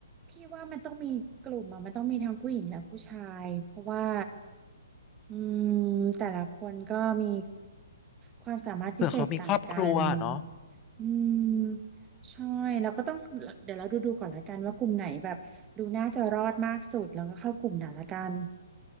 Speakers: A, on the right; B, on the left.
A: พี่ว่ามันต้องมีกลุ่มอ่ะมันต้องมีทั้งผู้หญิงและผู้ชายเพราะว่าอืมแต่ละคนก็มีความสามารถพิเศษต่างกัน
B: เผื่อเขามีครอบครัวเนาะ
A: อืมใช่แล้วก็ต้องเดี๋ยวเราดูดูก่อนละกันว่ากลุ่มไหนแบบดูน่าจะรอดมากสุดแล้วก็เข้ากลุ่มไหนละกัน